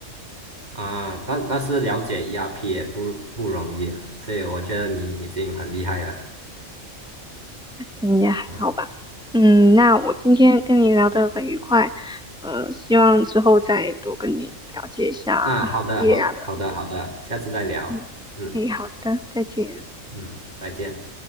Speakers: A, on the right; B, in the centre.
A: 啊，但但是了解 ERP 也不不容易啊，所以我觉得你已经很厉害了。
B: 嗯，也还好吧。
A: 嗯。
B: 嗯，那我今天跟你聊得很愉快，呃，希望之后再多跟你了解一下
A: 啊，好的，
B: 业啊的。
A: 好，好的，好的，下次再聊。
B: 嗯，
A: 嗯，
B: 嗯，好的，再见。
A: 嗯，再见。